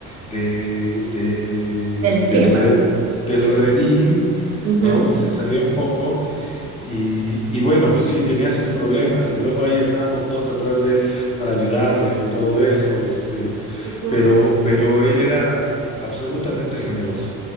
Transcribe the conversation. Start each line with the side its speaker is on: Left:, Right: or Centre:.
Left: de, de-
Right: del esquema.
Left: del re- del redil,
Right: Ujú,
Left: ¿no? Se salía un poco y, y bueno, pues sí, tenía sus problemas y luego ahí andábamos todos atrás de él para ayudarle y todo eso, este,
Right: ujú,
Left: pero, pero él era absolutamente generoso,